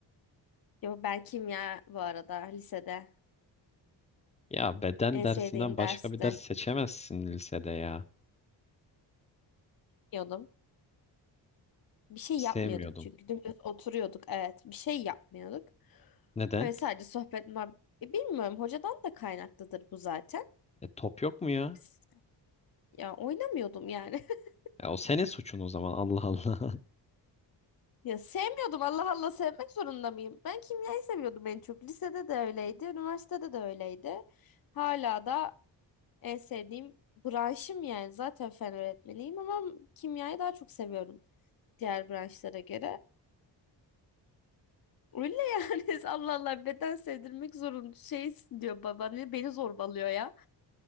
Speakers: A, on the left; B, on the left.
A: Yo, ben kimya bu arada lisede
B: Ya beden
A: en
B: dersinden
A: sevdiğim
B: başka
A: derste
B: bir ders seçemezsin lisede ya.
A: diyordum. Bir şey
B: Sevmiyordun.
A: yapmıyorduk çünkü dümdüz oturuyorduk. Evet, bir şey yapmıyorduk.
B: Neden?
A: Öyle sadece sohbet muhab- E, Bilmiyorum hocadan da kaynaklıdır bu zaten.
B: E, top yok mu ya?
A: Biz- Ya oynamıyordum yani. <laughs>
B: Ya o senin suçun o zaman Allah Allah. <laughs>
A: Ya sevmiyordum Allah Allah sevmek zorunda mıyım? Ben kimyayı seviyordum en çok. Lisede de öyleydi, üniversitede de öyleydi. Hala da En sevdiğim branşım yani zaten fen öğretmeniyim ama kimyayı daha çok seviyorum diğer branşlara göre. Öyle yani <laughs> Allah Allah beden sevdirmek zorun şeysin diyor baba ne beni zorbalıyor ya.